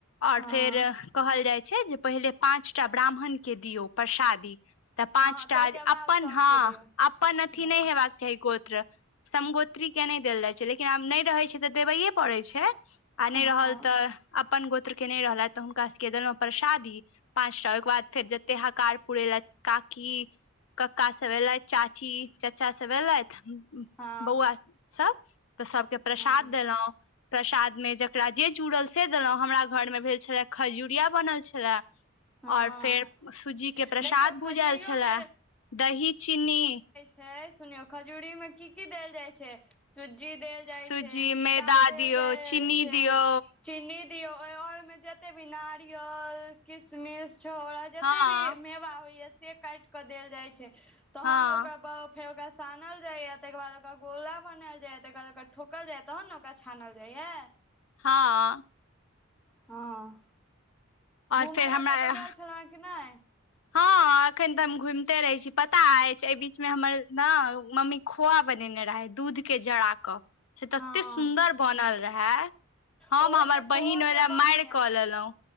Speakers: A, on the left; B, in the centre.
A: और
B: हँ
A: फेर कहल जाइ छै जे पहिले पांचटा ब्राह्मण के दियौ प्रसादी तऽ पाँचटा
B: हँ ताहिके बाद
A: अपन
B: सबके
A: हँ
B: दियौ
A: अपन अथि
B: हँ
A: नै हेबाक चाही गोत्र समगोत्री के नहि देल जाइ छै लेकिन आब नहि रहै छै तऽ देबैेये पड़ै छै आ नहि
B: हँ
A: रहल तऽ अपन गोत्र के नहि रहलथि तऽ हुनका सबके देलौं परसादी पाँच टा ओहिके बाद फेर जतै हकार पुरै लए काकी कक्का सब एलथि चाची चाचा सब एलथि
B: हँ
A: बौआ सब तऽ सबके प्रसाद
B: हँ
A: देलो प्रसाद मे जेकरा जे चूड़ल से देलौं हमरा घर मे भेल छलै खजुरिया बनल छलए
B: हँ
A: और फेर सूजी के प्रसाद
B: देखियौ खजूरियोमे
A: भुजल छलै दही चीनी
B: हे यै सुनियौ खजूरी मे की की देल जाइ छै सुज्जी देल जाइ
A: सूजी
B: छै मैदा देल
A: दियौ
B: जाइ
A: चीनी
B: छै
A: दियौ
B: चीनी दियौ और ओय मे जते भी नारियल किशमिश छहोरा जते
A: हँ
B: भी मेवा होइया से काटिकऽ देल जाइ छै तहन
A: हँ
B: ओकर ब फेर ओकरा सानल जायए तकर बाद ओकरा गोला बनायल जायए तकर बाद ओकरा ठोकल जायए तहन ने ओकरा छानल जाइये
A: हँ
B: हँ
A: और
B: घुमय
A: फेर हमरा
B: लए कतौ गेल छलहुंए कि नै
A: हँ एखन तऽ हम घुमिते रहै छी पता अछि एहि बीच मे हमर ने मम्मी खोआ बनेने रहै दूध के जरा कऽ से तते
B: हँ
A: सुन्दर बनल रहै हम
B: ओहो
A: हमर
B: जे खोओ
A: बहिन ओहि
B: जे
A: लए
B: बनैया
A: मारि कऽ लेलहुं